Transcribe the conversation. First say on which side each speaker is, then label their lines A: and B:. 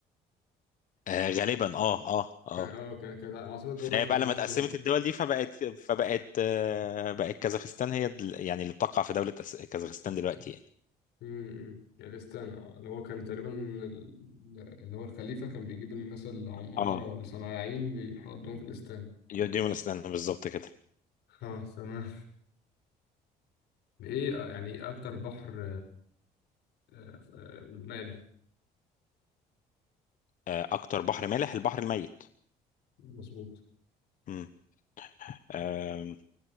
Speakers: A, on the left; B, on the left.
A: آه غالبا اه اه اه
B: كان اه كان- كانت عاصمه الدوله
A: فبقى
B: العثمانيه
A: لما
B: في
A: اتقسمت
B: زمن
A: الدول دي فبقت فبقت آه بقت كازاخستان هي دل- يعني اللي بتقع في دولة أس- كازاخستان دلوقتي يعني
B: امم الستان اه اللي هو كان تقريبا ال- اللي هو الخليفة كان بيجيب الناس اللي عمهرة
A: اه
B: ولا صناعيين بيحطهم في الاستان
A: يوديمونستان بالظبط كده
B: اه تمام ايه آه، يعني ايه اكتر بحر آه، آه، مالح
A: آه اكتر بحر مالح البحر الميت
B: مظبوط
A: امم آم،